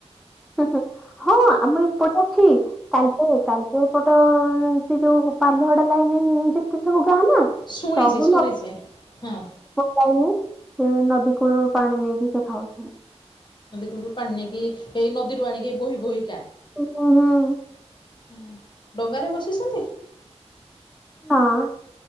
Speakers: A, in the centre; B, on the left.
A: ହୁଁ ହୁଁ ହଁ ଆମ ଏପଟେ ଅଛି ତାଲଚେରେ, ତାଲଚେରେ ଗୋଟେ ସେ ଯୋଉ ପାଲହଡା ଲାଇନ ଦେ ସବୁ ଗାଁ ନା
B: ଶୁଣିଛି
A: ସବୁ
B: ଶୁଣିଛି
A: ନ
B: ହଁ।
A: ଯାଇନି, ସେ ନଦୀ କୂଳରୁ ପାଣି ନେଇକି ସେ ଖାଉଛନ୍ତି।
B: ନୀ ସବୁ ପାଣି ନେଇକି ଏଇ ନଦୀରୁ ଆଣିକି ବୋହି ବୋହି କା
A: ଓହୋ।
B: ହଁ ଡଙ୍ଗାରେ ବସିଛନ୍ତି?
A: ହଁ